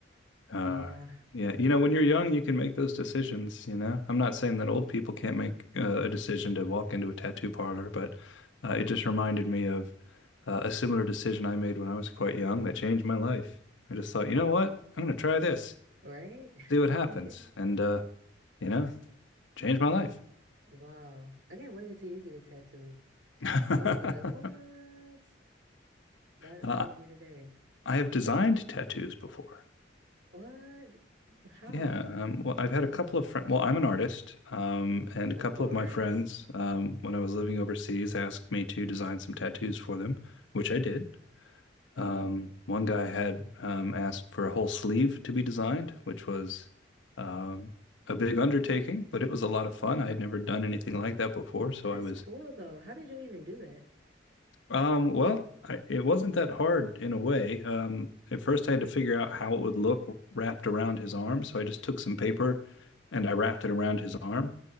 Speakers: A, on the left; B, on the right.
A: Uh,
B: Yeah.
A: yeah, you know, when you're young, you can make those decisions, you know. I'm not saying that old people can't make uh, a decision to walk into a tattoo parlor, but uh, it just reminded me of uh, a similar decision I made when I was quite young that changed my life. I just thought, you know what? I'm going to try this,
B: Right?
A: see what happens,
B: <laughs>
A: and uh, you know, change my life.
B: Wow. I can't wait until you get a tattoo.
A: <laughs>
B: I'm gonna be like, what? That
A: Uh,
B: that'll be the day.
A: I have designed tattoos before.
B: What? How?
A: Yeah, um, well, I've had a couple of friends. Well, I'm an artist, um, and a
B: Of
A: couple
B: course.
A: of my friends, um, when I was living overseas, asked me to design some tattoos for them, which I did. Um, one guy had um, asked for a whole sleeve to be designed, which was um, a big undertaking, but it was a lot of fun. I had never done anything like that before, so
B: That's
A: I was
B: cool though. How did you even do that?
A: um, well, I, it wasn't that hard in a way. Um, at first, I had to figure out how it would look wrapped around his arm. So I just took some
B: hmm
A: paper and I wrapped it around his arm.